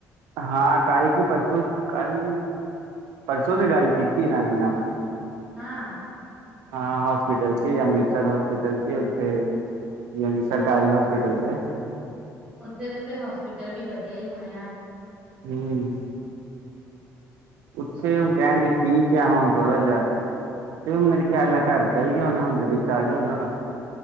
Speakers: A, on the right; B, on the right.
A: ਹਾਂ, ਕੱਲ ਕੀ ਪਰਸੋਂ, ਕੱਲ! ਪਰਸੋਂ ਤੇ ਗੱਲ ਕੀਤੀ ਨਾਂ ਮੇਂ ਨਾ ਮਾ
B: ਹਾਂ!
A: ਹਾਂ, ਹੌਸਪੀਟਲ'ਚ ਅੰਮ੍ਰਿਤਸਰ ਹੌਸਪੀਟਲ'ਚ ਉੱਥੇ। ਯਾਨੀ, ਸਰਕਾਰੀ ਹੌਸਪੀਟਲ ਤੇ।
B: ਉੱਥੇ ਦੇ ਤੇ, ਹੌਸਪੀਟਲ ਵੀ ਵਧੀਆ ਹੀ ਹੋਣੇ ਆ।
A: ਹੂੰ,
B: ਅੱਛਾ
A: ਉੱਥੇ ਉਹ ਕਹਿੰਦੀ ਠੀਕ ਕਿਆ ਹੁਣ ਥੋੜਾ ਜਿਹਾ, ਚਲੋ ਮੇਰੇ ਖਿਆਲ
B: ਹਾਂ
A: ਨਾਲ ਘਰ ਚਲੇ ਗਏ ਹੋਣੇ, ਹੁਣ ਤੇ ਡਿਸਚਾਰਜ ਹੋਗਿਆ ਹੋਣਾ।